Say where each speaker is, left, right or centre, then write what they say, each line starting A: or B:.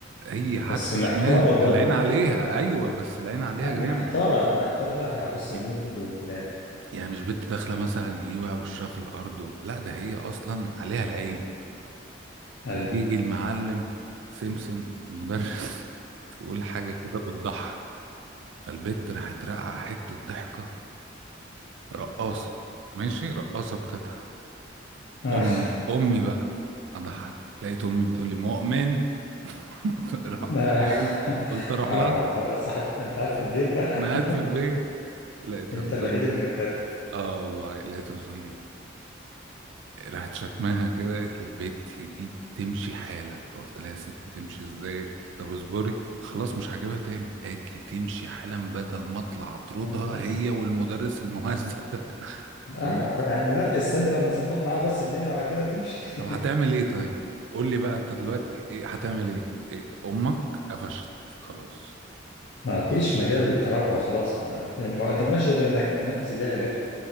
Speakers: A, on the right (about 70°); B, on the left (about 60°).
A: هي حادفه
B: بس محتارة
A: شمال فالعين
B: برضو
A: عليها
B: آه، مح-
A: ايوه بس العين عليها
B: آه،
A: جامد
B: محتارة محتارة هبص
A: ي-
B: لمين في دول في الآخر
A: يعني مش بنت داخله مثلا ايه بقى وشها في الارض و... لا ده هي اصلا عليها العين
B: أيوة
A: ويجي المعلم سمسم المدرس <laughs> يقول حاجه كده بتضحك فالبت راحت راقعه حته ضحكه رقاصه ماشي رقاصه بتضحك
B: <laughs>
A: امي امي بقى اضحك لقيت امي بتقول لي مؤمن <laughs> رحت
B: لا
A: ايه
B: <laughs>
A: قلت اروح
B: اه
A: لها
B: ما انت بقى صاحب انت قاعد في البيت بقى
A: انا
B: <laughs>
A: قاعد في البيت لقيتها
B: انت
A: بتقول
B: الوحيد
A: لي
B: اللي متكتف
A: اه والله لقيتها بتقول لي راحت شتماها كده قالت لي البت دي تمشي حالا فقلت لها يا ستي تمشي ازاي طب اصبري خلاص مش هجيبها تاني قالت لي تمشي حالا بدل ما اطلع اطردها
B: فاهمني بس
A: هي والمدرس المهزأ ده <laughs>
B: اه
A: تمام
B: يعني لا استني لما اظبط معاه بس الدنيا وعلى كده تمشي <laughs>
A: طب هتعمل ايه طيب قول لي بقى انت دلوقتي ايه هتعمل ايه, إيه؟ امك قفشت خلاص
B: ما فيش مجال للتراجع خلاص ما ما قدامكش غير انك تنفذ اللي هي قالته